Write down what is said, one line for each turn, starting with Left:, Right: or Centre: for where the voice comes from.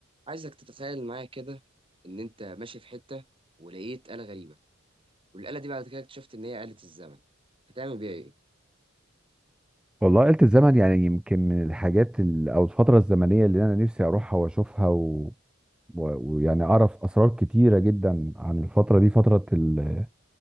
Right: عايزك تتخيل معايا كده ان انت ماشي في حته ولقيت آلة غريبه والآلة دي بعد كده اكتشفت ان هي آلة الزمن هتعمل بيها ايه
Centre: والله آلة الزمن يعني يمكن من الحاجات ال- او الفترة الزمنية اللي انا نفسي اروحها واشوفها و... و- ويعني اعرف اسرار كتيرة جدا عن الفترة دي فترة ال...